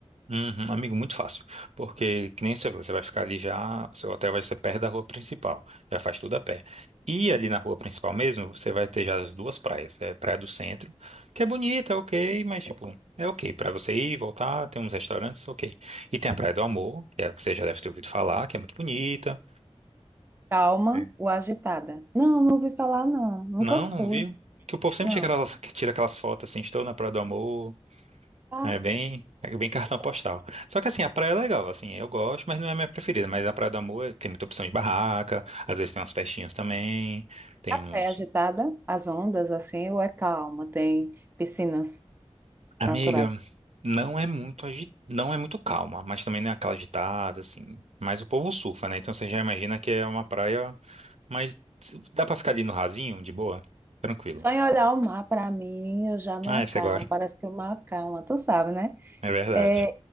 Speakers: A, on the right; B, on the right.
A: Uhum, amigo, muito fácil. Porque, que nem você falou, você vai ficar ali já, seu hotel vai ser perto da rua principal, já faz tudo a pé. E ali na rua principal mesmo, você vai ter já as duas praias. É a Praia do Centro, que é bonita, é ok, mas tipo, é ok. Pra você ir, voltar, tem uns restaurantes, ok. E tem a Praia do Amor, que é a que você já deve ter ouvido falar, que é muito bonita.
B: Calma
A: É.
B: ou agitada? Não, não ouvi falar, não. Nunca
A: Não,
B: fui,
A: não viu? Que o povo sempre
B: não.
A: tira aquelas, que tira aquelas fotos assim, estou na Praia do Amor.
B: Ah,
A: É bem, é bem cartão postal.
B: tem
A: Só que assim, a praia é legal, assim, eu gosto, mas não é a minha preferida. Mas a Praia do Amor eh, tem muita opção de barraca, às vezes tem umas festinhas também, tem
B: a pé
A: uns...
B: agitada, as ondas, assim, ou é calma? Tem piscinas
A: Amiga,
B: naturais.
A: não é muito agi... não é muito calma, mas também não é aquela agitada, assim. Mas o povo surfa, né? Então você já imagina que é uma praia, mas dá pra ficar ali no rasinho, de boa, tranquilo.
B: Só em olhar o mar, para mim, eu já me
A: Ah,
B: acalmo.
A: você gosta.
B: Parece que o mar acalma, tu sabe, né?
A: É verdade.
B: É,